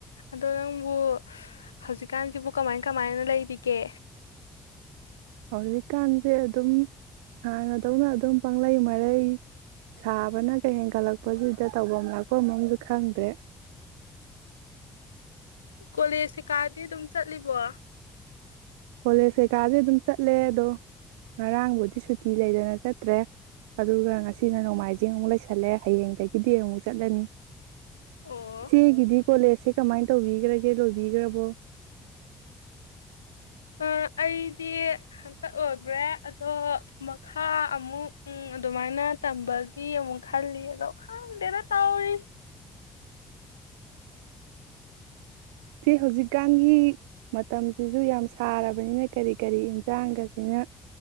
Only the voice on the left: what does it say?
ꯑꯗꯣ ꯅꯪꯕꯨ ꯍꯧꯖꯤꯛꯀꯥꯟꯁꯤꯕꯨ ꯀꯃꯥꯏ ꯀꯃꯥꯏꯅ ꯂꯩꯔꯤꯒꯦ
ꯀꯣꯂꯦꯖ ꯀꯩꯀꯥꯗꯤ ꯑꯗꯨꯝ ꯆꯠꯂꯤꯕꯣ
ꯑꯣ
ꯑ ꯑꯩꯗꯤ ꯍꯟꯇꯛ ꯑꯣꯏꯈ꯭ꯔꯦ ꯑꯗꯣ ꯃꯈꯥ ꯑꯃꯨꯛ ꯑꯗꯨꯃꯥꯏꯅ ꯇꯝꯕꯒꯤ ꯑꯃꯨꯛ ꯈꯜꯂꯤ ꯑꯗꯣ ꯈꯪꯗꯦꯅ ꯇꯥꯎꯔꯤꯁ